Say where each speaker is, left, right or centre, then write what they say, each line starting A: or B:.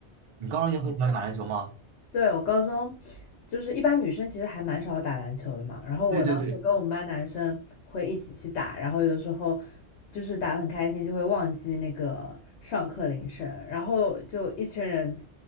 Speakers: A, on the right; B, on the left.
A: 你高中也很喜欢打篮球吗？<laughs>
B: 对，我高中就是一般女生其实还蛮少打篮球的嘛，然后我当时跟我们班男生会一起去打，
A: 对对对，
B: 然后有的时候就是打的很开心，就会忘记那个上课铃声，然后就一群人